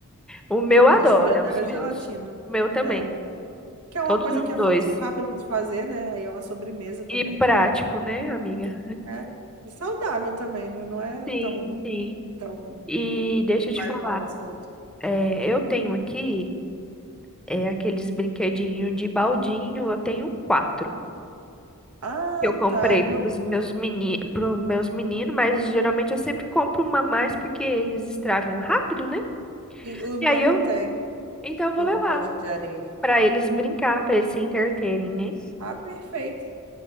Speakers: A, in the centre; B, on the right (about 85°).
A: O meu
B: Meus
A: adora,
B: filhos adoram
A: os meus.
B: gelatina.
A: O meu também.
B: É. Que é uma
A: Todos
B: coisa
A: os
B: que é
A: dois.
B: fácil e rápida de fazer, né? Aí é uma sobremesa também.
A: E prático, né, amiga?
B: É. É. E saudável também, né? Não é
A: Sim,
B: tão,
A: sim.
B: tão
A: E deixa eu te
B: faz
A: falar,
B: mal para a saúde.
A: é, eu tenho aqui é, aqueles brinquedinhos de baldinho, eu tenho quatro.
B: Ah,
A: que Eu comprei
B: tá. E Meu,
A: para os meus meni, pros meus meninos, mas geralmente eu sempre compro uma a mais porque eles estragam rápido, né?
B: e o
A: E
B: meu
A: aí eu,
B: não tem
A: então eu vou
B: os
A: levar
B: moldes de areia.
A: para eles brincar, para eles se entreterem, né?
B: Ah, perfeito.